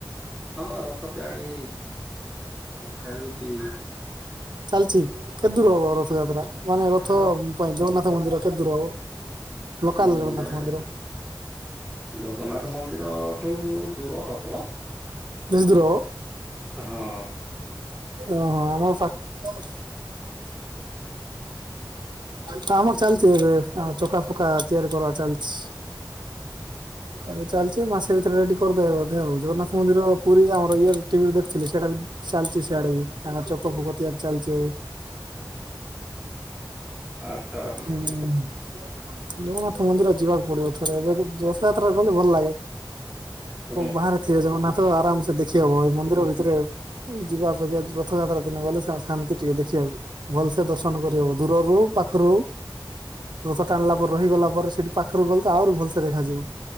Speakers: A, in the centre; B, on the right.
A: ହଁ ରଥ ତିଆଡି ହଉଛି
B: ଚାଲିଛି କେତେ ଦୂର ହବ ରଥଯାତ୍ରା ମାନେ ରଥ
A: ଅ
B: ପାଇଁ ଜଗନ୍ନାଥ ମନ୍ଦର କେତେ ଦୂର ହବ। ଲୋକାଲ
A: ହଁ
B: ଜଗନ୍ନାଥ
A: ଜଗା
B: ମନ୍ଦିର
A: ଜଗନ୍ନାଥ ମନ୍ଦିରଠୁ ଦୂର ହବ।
B: ବେଶୀ ଦୂର ହବ
A: ହଁ।
B: ଓହୋ ଆମ ପାଖ
A: <inaudible>
B: କାମ ଚାଲଛି ଏବେ ଆଉ ଚକା ଫକା ତିଆରି କରା ଚାଲିଛି।
A: <inaudible>
B: ଏବେଚାଲିଛି ମାସେ ଭିତରେ ଟିକି କରିଦେବା ବୋଧେ ଆଉ ଜଗନ୍ନାଥ ମନ୍ଦିର ପୁରୀ ଆଉ ଇ ଟିଭିରେ ଦେଖଥିଲି ସେଇଟା ବି ଚାଲିଛି ସିଆଡେ ବି ତାଙ୍କର ଚକ ଫୋକ ତିଆରି ଚାଲିଛି ଏବେ।
A: ଆଚ୍ଛା ଆଚ୍ଛା
B: ହୁଁ। ଜଗନ୍ନାଥ ମନ୍ଦିର ଯିବାକୁ ପଡିବ ଥରେ ଏବେ ରଥଯାତ୍ରା ଗଲେ ଭଲ ଲାଗେ।
A: ହୁଁ ହଁ।
B: ବାହାରେ ଥିବ ଜଗନ୍ନାଥ ଆରାମ ସେ ଦେଖି ହବ ଏ ମନ୍ଦିର ଭିତରେ ଯିବା ଅଞ୍ଜ୍ୟ ରଥଯାତ୍ରା ଦିନ ଗଲେ ଶାନ୍ତି ଟିକେ ଦେଖିବାକୁ ଭଲସେ ଦର୍ଶନ କରିହବ। ଦୂରରୁ ପାଖରୁ ରଥ ଟାଣିଲା ପରେ ରହିଗଲା ପରେ। ସେଠି ପାଖରୁ ଗଲେ ତ ଆହୁରି ଭଲସେ ଦେଖାଯିବ।